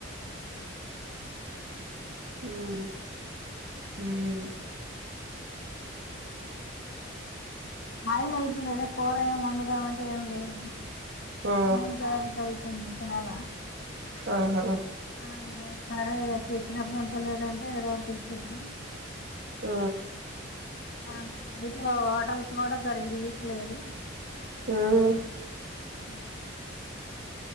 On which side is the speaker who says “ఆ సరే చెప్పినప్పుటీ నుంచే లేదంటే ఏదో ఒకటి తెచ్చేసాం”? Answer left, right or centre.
Left